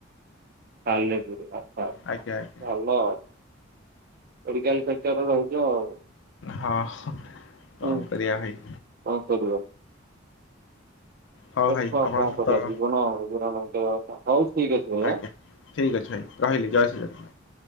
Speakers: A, on the right; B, on the left.
A: ସାଲେପୁର ଆଚ୍ଛା। ଆଚ୍ଛା,
B: ଆଜ୍ଞା ଅଜ୍ଞା।
A: ଭଲ ମେଡ଼ିକାଲ୍ ସେକ୍ଟରରେ ରହୁଚ ଆଉ।
B: ହଁ ହ କଁ
A: ହୁଁ
B: କରିଆ ଭାଇ?
A: କଣ କରିବ
B: ହଉ
A: ଦେଖ
B: ଭାଇ
A: ଆଉ
B: ଆପଣଙ୍କ
A: କଁ
B: ସହିତ
A: କରିଆ ଜୀବନ ଗୁଜୁରାଣ ମେଣ୍ଟେଇବା କଥା ହଉ ଠିକ୍ ଅଛି। ଭାଇ
B: ଆଜ୍ଞା
A: ଆଁ
B: ଠିକ୍ ଅଛି ଭାଇ ରହିଲି
A: ଆଜ୍ଞା।
B: ଜୟ ଶ୍ରୀରା